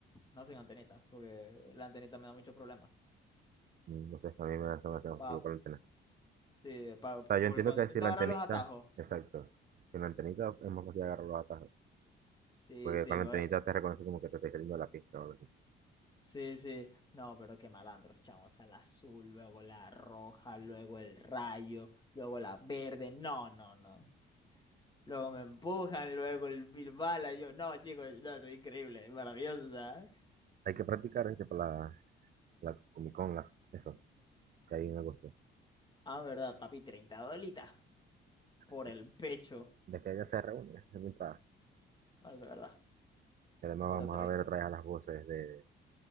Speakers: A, on the left; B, on the right.
A: No sin antenita, porque la antenita me da muchos problemas.
B: Mm, No sé, a mí me da demasiado
A: Pa,
B: fácil con la antena.
A: sí, pa-
B: O sea, yo
A: porque
B: entiendo
A: cuando
B: que
A: intento
B: si la
A: agarrar
B: antenita,
A: los atajos.
B: exacto. Sin la antenita es más fácil agarrar los atajos.
A: Sí,
B: Porque
A: sí,
B: con la
A: por
B: antenita
A: eso.
B: te reconoce como que te está saliendo de la pista o algo así.
A: Sí, sí. No, pero qué malandros, chamo. O sea, la azul, luego la roja, luego el rayo, luego la verde. No, no, no. Luego me empujan, luego el Bilbala. Yo, no, chicos, no, esto es increíble, maravilloso, ¿sabes?
B: Hay que practicar, ¿viste? Para la, la Comic Con, la- eso, que ahí en agosto.
A: Ah, verdad, papi, treinta dolitas por
B: De,
A: el pecho.
B: de que ella se reúne, es mi entrada.
A: No, es verdad,
B: Y además
A: pero
B: vamos
A: tres
B: a ver otra vez a las voces de,